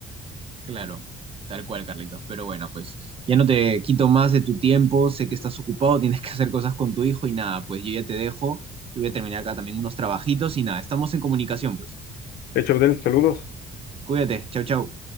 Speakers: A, on the right; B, on the left.
A: claro, tal cual, Carlitos. Pero bueno, pues ya no te quito más de tu tiempo, sé que estás ocupado, <laughs> tienes que hacer cosas con tu hijo y nada, pues yo ya te dejo, yo voy a terminar acá también unos trabajitos y nada, estamos en comunicación, pues.
B: De hecho, Abdel, saludos.
A: Cuídate, chau, chau.